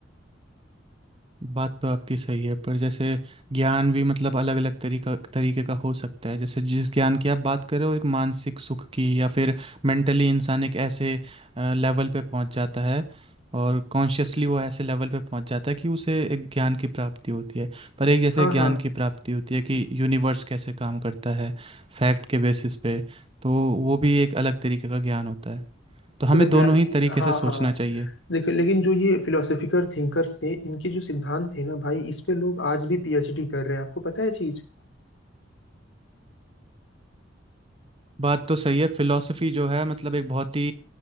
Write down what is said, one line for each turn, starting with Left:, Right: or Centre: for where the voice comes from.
Right: बात तो आपकी सही है पर जैसे ज्ञान भी मतलब अलग अलग तरीका तरीके का हो सकता है जैसे जिस ज्ञान की आप बात कर रहे हो एक मानसिक सुख की या फिर मेंटली इंसान एक ऐसे लेवल पे पहुंच जाता है और कॉन्शियसली वो ऐसे लेवल पे पहुंच जाता है कि उसे एक ज्ञान की प्राप्ति होती है पर एक जैसे
Left: हाँ
Right: ज्ञान
Left: हाँ
Right: की प्राप्ति होती है कि यूनिवर्स कैसे काम करता है फैक्ट के बेसिस पे तो वो भी एक अलग तरीके का ज्ञान होता है तो हमें
Left: तो देखो
Right: दोनों
Left: यार
Right: ही तरीके
Left: हाँ
Right: से सोचना
Left: हाँ
Right: चाहिए
Left: देखो लेकिन जो ये फिलोसफिकल थिंकर्स थे इनके जो सिद्धांत थे ना भाई इस पे लोग आज भी पीएचडी कर रहे हैं आपको पता है चीज
Right: बात तो सही है फिलॉसफी जो है मतलब एक बहुत ही